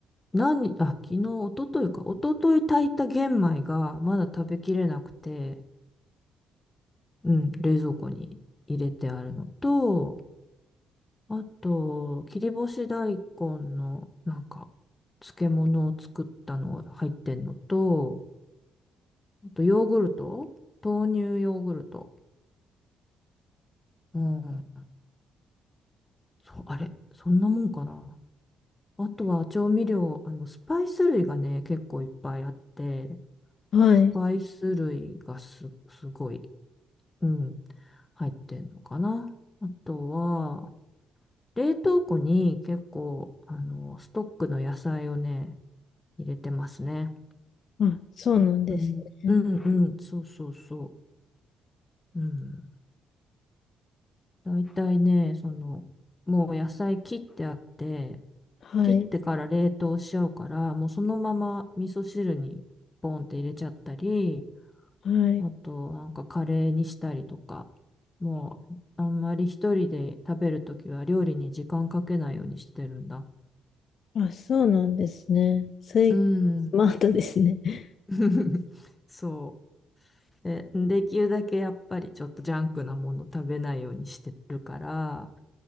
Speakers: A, on the left; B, on the left.
A: 何、あ、昨日、一昨日か、一昨日炊いた玄米がまだ食べきれなくて、うん、冷蔵庫に入れてあるのと、あと、切り干し大根の、なんか、漬物を作ったの入ってんのと、あとヨーグルト豆乳ヨーグルト。うん。そう、あれ、そんなもんかな。あとは調味料、あの、スパイス類がね、結構いっぱいあって、
B: はい。
A: スパイス類がす、すごい、うん、入ってんのかな。あとは、冷凍庫に結構、あの、ストックの野菜をね、入れてますね。
B: あ、そうなんですね。
A: うん、うん、うん、そうそうそう。うん。大体ね、その、もう野菜切ってあって、
B: はい。
A: 切ってから冷凍しちゃうから、もうそのまま味噌汁にポンって入れちゃったり、
B: はい。
A: あとなんかカレーにしたりとか、もうあんまり一人で食べるときは料理に時間かけないようにしてるんだ。
B: あ、そうなんですね。それ、
A: うん。
B: スマートですね。<laughs>
A: <laughs> そう。で、できるだけやっぱりちょっとジャンクなもの食べないようにしてるから、